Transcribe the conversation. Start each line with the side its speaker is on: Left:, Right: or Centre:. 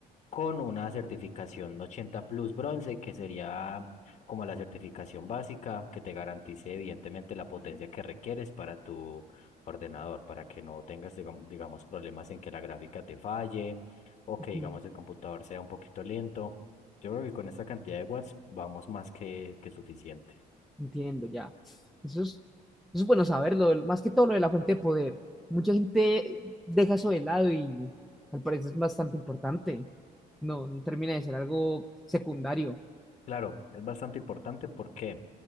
Left: con una certificación ochenta Plus Bronce, que sería como la certificación básica que te garantice evidentemente la potencia que requieres para tu ordenador, para que no tengas, digam- digamos, problemas en que la gráfica te falle o que, digamos,
Centre: Ujú,
Left: el computador sea un poquito lento. Yo creo que con esta cantidad de watts vamos más que, que suficientes.
Centre: Entiendo ya. Eso es, eso es bueno saberlo, el- más que todo lo de la fuente de poder. Mucha gente deja eso de lado y al parecer es bastante importante. No, no termina de ser algo secundario.
Left: Claro, es bastante importante porque,